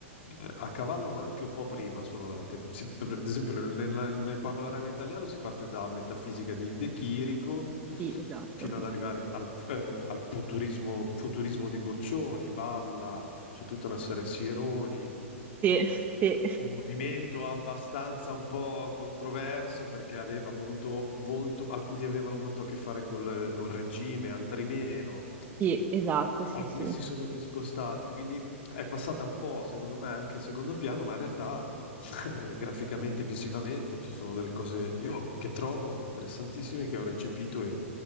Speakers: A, on the left; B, on the right.
A: a cavallo, ma anche un po' prima sono nate. Si- per esempio, nel, nella- nel panorama italiano si parte da Metafisica di De Chirico
B: Sì, esatto.
A: fino ad arrivare al, eh, al futurismo, futurismo di Boccioni, Balla, c'è tutta una serie, Sironi
B: Sì, sì,
A: un movimento abbastanza un po' controverso perché aveva molto, molto, alcuni avevano molto a che fare col, col regime, altri meno.
B: sì, esatto, sì,
A: Alcuni
B: sì.
A: si sono discostati, quindi è passata un po', secondo me, anche in secondo piano, ma in realtà <laughs> graficamente, visivamente ci sono delle cose io che trovo interessantissime che ho recepito e,